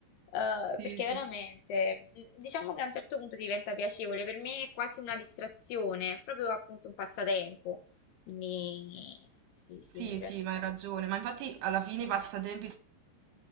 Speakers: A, on the left (about 65°); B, on the right (about 80°).
A: Eh,
B: sì,
A: perché
B: sì.
A: veramente, mh, diciamo che a un certo punto diventa piacevole, per me è quasi una distrazione, è proprio appunto un passatempo, quindi sì, sì,
B: Sì,
A: mi piace
B: sì, ma
A: molto.
B: hai ragione. Ma infatti alla fine i passatempi